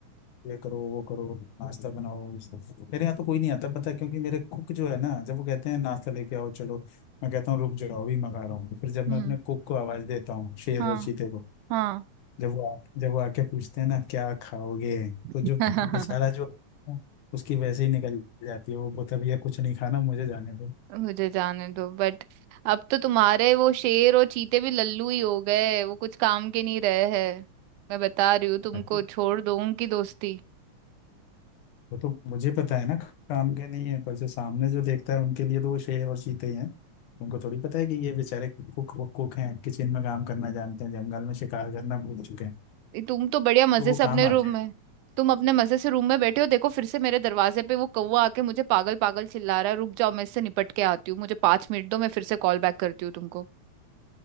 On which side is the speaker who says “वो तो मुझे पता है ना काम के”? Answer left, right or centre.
Left